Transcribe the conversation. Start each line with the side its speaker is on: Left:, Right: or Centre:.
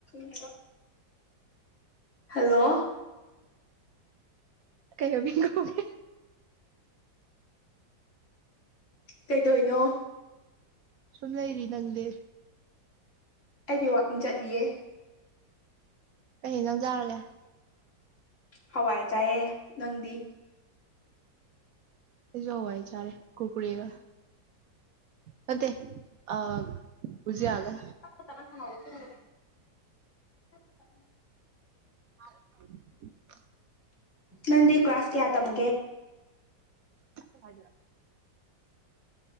Left: <inaudible> ꯍꯜꯂꯣ
Right: ꯀꯩꯅꯣꯕꯤ ꯀꯩꯒꯦ
Left: ꯀꯩꯗꯅꯣ
Right: ꯁꯨꯝ ꯂꯩꯏꯔꯤ ꯅꯪꯗꯦ
Left: ꯑꯩꯗꯤ ꯋꯥꯀꯤꯡ ꯆꯠꯂꯤꯌꯦ
Right: ꯀꯩ ꯅꯧꯖꯥꯔꯒꯦ
Left: ꯍꯋꯥꯏ ꯆꯥꯏꯌꯦ ꯅꯪꯗꯤ
Right: ꯁꯨꯎ ꯏ ꯆꯔꯦ ꯀꯨꯀꯔꯤꯒ ꯃꯗꯦ ꯑ ꯎꯕꯨꯁꯤꯌꯥꯑꯒ
Left: ꯆ ꯆꯥꯅ ꯁꯥꯟꯅꯕ ꯐꯦꯡꯕ ꯆ ꯐ
Right: ꯑ
Left: ꯅꯗꯤ ꯀ꯭ꯂꯥꯁ ꯀꯌꯥ ꯇꯝꯦ
Right: <inaudible>